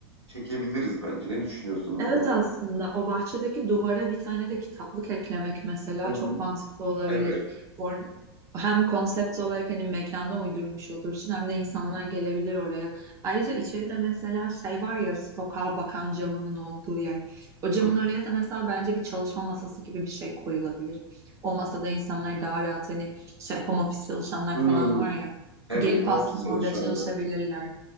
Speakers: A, on the right (about 80°); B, on the right (about 20°).
A: çekebiliriz bence. Ne düşünüyorsun bu
B: Evet
A: konuda?
B: aslında o bahçedeki duvara bir tane de kitaplık eklemek mesela
A: Hı hı.
B: çok mantıklı olabilir.
A: Evet.
B: Orada hem konsept olarak hani mekana uydurmuş olursun hem de insanlar gelebilir oraya. Ayrıca içeride mesela şey var ya sokağa bakan camının olduğu yer. O camın
A: Hı hı.
B: oraya da mesela bence bir çalışma masası gibi bir şey koyulabilir. O masada insanlar daha rahat hani şey home office çalışanlar
A: Hı.
B: falan var ya
A: Evet,
B: gelip
A: home
B: aslında
A: office çalışanlar.
B: orada çalışabilirler.